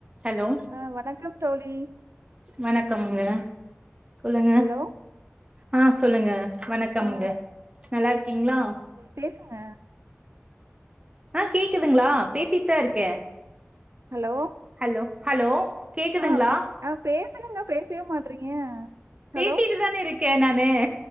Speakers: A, on the right; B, on the right.
A: ஹலோ
B: ஆ வணக்கம் தோழி
A: வணக்கம்ங்க சொல்லுங்க
B: ஹலோ
A: ஆ சொல்லுங்க வணக்கம்ங்க
B: ஆ
A: நல்லாருக்கீங்ளா
B: பேசுங்க
A: ஆ கேக்குதுங்ளா பேசிட்தா இருக்கே
B: ஹலோ
A: ஹலோ ஹலோ கேக்குதுங்ளா
B: ஆ பே ஆ பேசுங்கங்க பேசவே மாட்றீங்க
A: பேசிட்டுதான
B: ஹலோ
A: இருக்கே நானு